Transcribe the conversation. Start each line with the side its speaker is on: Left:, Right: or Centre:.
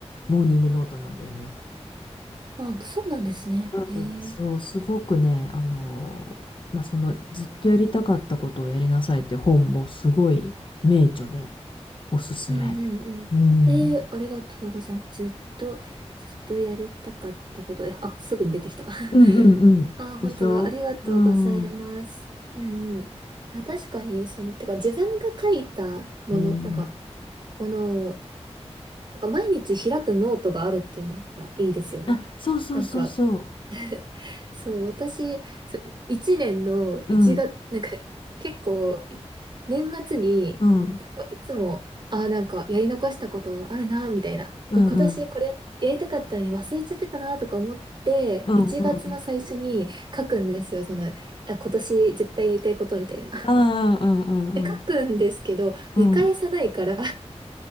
Left: モーニングノートなんだよね。
Right: ああ、そうなんですね。へえ。
Left: うんそう、すごくね、あのまあ、そのずっとやりたかったことをやりなさいって本もすごい名著でおすすめ。
Right: うんうんうんええ、
Left: うん。
Right: ありがとうございます。ずっと、ずっとやりたかったこと。え、あ、すぐに出てきた。<laughs>
Left: うんうんうん。
Right: あ、本当はありがとうございます。
Left: でしょうん。
Right: うんうん。あ確かに、その、てか自分が書いたもの、
Left: うん。
Right: なんか、ものを、なんか毎日開くノートがあるっていうのがいいですよね。
Left: あ、そうそうそうそ
Right: なんか、<laughs> そう、私、そう、1年の1月、
Left: う。うん、
Right: なんか結構、年末に、
Left: うん、
Right: なんかいつも、ああ、なんかやり残したことあるな、みたいな。
Left: うん、
Right: これ今年これや、
Left: うん、
Right: やりたかったのに忘れちゃってたな、とか思って、
Left: うん、
Right: 1月の最初に書くんですよ。
Left: うん。
Right: その、あ、今年絶対やりたいことみたいな。
Left: ああ、うん、うん、
Right: で、書くんですけど、
Left: うん、
Right: 見返さないから
Left: うん、